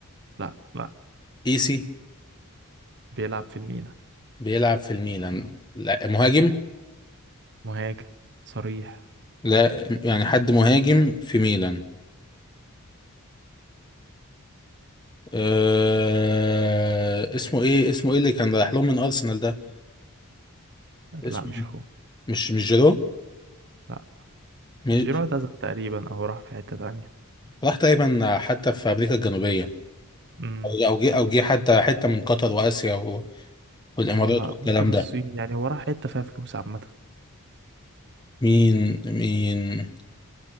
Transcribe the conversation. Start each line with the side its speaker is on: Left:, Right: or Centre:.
Right: لا لا
Left: ايسي
Right: بيلعب في الميلان
Left: بيلعب في الميلان لا مهاجم
Right: مهاجم صريح
Left: لا يعني حد مهاجم في ميلان آه اسمه ايه اسمه ايه اللي كان رايح لهم من ارسنال ده اسمه
Right: لا مش
Left: ايه
Right: هو
Left: مش مش جيرو
Right: لا
Left: مش-
Right: جيرو اعتزل تقريبا أو راح في حتة تانية
Left: راح تقريبا حتى في امريكا الجنوبيه
Right: امم
Left: او أو جه او جه حتى حته من قطر واسيا و- والامارات
Right: هو
Left: والكلام
Right: ممكن الصين
Left: ده
Right: يعني هو راح حتة فيها فلوس عامة
Left: مين مين